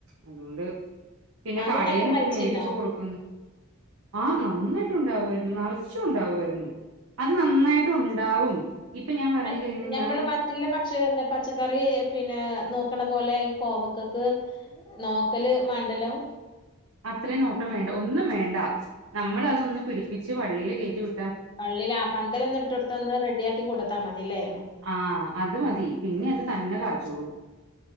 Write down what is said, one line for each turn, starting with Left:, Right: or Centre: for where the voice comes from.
Right: അതുകൊണ്ട് പിന്നെ
Left: ആദ്യം
Right: കടയിൽന്നിട്ട്
Left: നല്ലോം കഴിച്ചീന്നോ
Right: മേടിച്ചു കൊടുക്കുന്നു ആ നന്നായിട്ട് ഉണ്ടാവായിരുന്നു നിറച്ചും ഉണ്ടാവുയിരുന്നു അത് നന്നായിട്ടും ഉ ഉണ്ടാവും ഇപ്പൊ ഞാൻ പറഞ്ഞില്ലേ
Left: ഹസ്
Right: ഇന്ന്
Left: ഞമ്മള്
Right: ഞാൻ
Left: മറ്റുള്ള പക്ഷികല്ല പച്ചക്കറി പിന്നെ നോക്കണ പോലെ കോവക്ക ക്ക് നോക്കല് വേണ്ടലോ
Right: അത്രയും നോട്ടം വേണ്ട ഒന്നും വേണ്ട നമ്മൾ അതൊന്ന് പിടിപ്പിച്ച് വള്ളിയിൽ കയറ്റി വി
Left: പള്ളില ആ പന്തല ഒന്നിട്ടടുദത്ത് ഒന്ന് റെഡിയാക്കി കൊടുത്താ മതില്ലേ
Right: ആ അത് മതി പിന്നെ അത് തന്നെ കാച്ചോളും